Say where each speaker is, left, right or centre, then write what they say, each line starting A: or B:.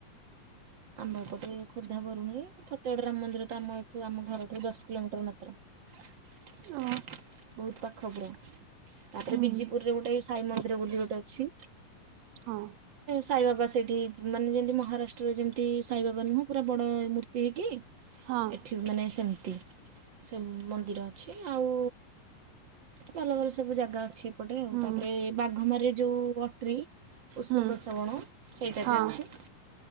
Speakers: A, on the right (about 55°); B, on the right (about 85°).
A: ଆମ ଏପଟେ ଖୋର୍ଦ୍ଧା ବରୁଣେଇ ଫତେଗଡ ରାମମନ୍ଦିର ତ ଆମ ଏଠୁ ଆମ ଘରଠୁ ଦଶ କିଲୋମିଟର ମାତ୍ର।
B: ଓ
A: ବହୁତ ପାଖ ପୁରା। ତାପରେ
B: ହୁଁ
A: ବିଜିପୁରରେ ଗୋଟେ ସାଇ ମନ୍ଦିର ବୋଲି ଗୋଟେ ଅଛି।
B: ହଁ।
A: ସାଇବାବା ସେଇଠି ମାନେ ଯେମିତି ମହାରାଷ୍ଟ୍ରରେ ଯେମିତି ସାଇବାବା ନୁହଁ ପୁରା ବଡ ମୂର୍ତ୍ତି କିି
B: ହଁ
A: ଏଠି ମାନେ ସେମିତି ସେ ମନ୍ଦିର ଅଛି ଆଉ ଭଲ ଭଲ ସବୁ ଜାଗା ଅଛି ଏପଟେ ଆଉ
B: ହୁଁ
A: ତାପରେ ବାଘମାରୀ ଯେଉଁ ଅଟ୍ରି ଉଷ୍ମ
B: ହୁଁ
A: ପ୍ରସବଣ ସେଇଟା
B: ହଁ
A: ବି ଅଛି।